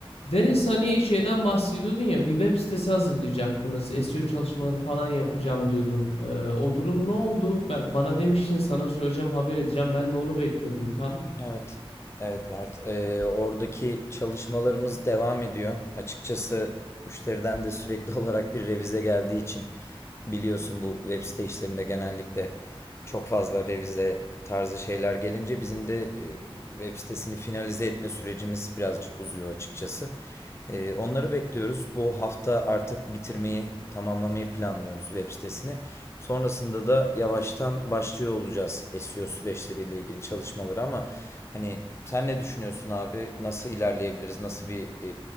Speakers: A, on the left; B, on the left.
A: Deniz hani şeyden bahsediyordun ya bir web sitesi hazırlayacaktınız. SEO çalışmaları falan yapacağım diyordun. Ee, o durum ne oldu? Ben, bana demiştin sana söyleyeceğim haber edeceğim. Ben de onu bekliyordum tam.
B: Evet. Evet Mert. Ee, oradaki çalışmalarımız devam ediyor. Açıkçası müşteriden de sürekli <laughs> olarak bir revize geldiği için biliyorsun bu web site işlerinde genellikle çok fazla revize tarzı şeyler gelince bizim de e, web sitesini finalize etme sürecimiz birazcık uzuyor açıkçası. Ee, onları bekliyoruz. Bu hafta artık bitirmeyi, tamamlamayı planlıyoruz web sitesini. Sonrasında da yavaştan başlıyor olacağız SEO süreçleriyle ilgili çalışmaları ama hani sen ne düşünüyorsun abi? Nasıl ilerleyebiliriz? Nasıl bir e,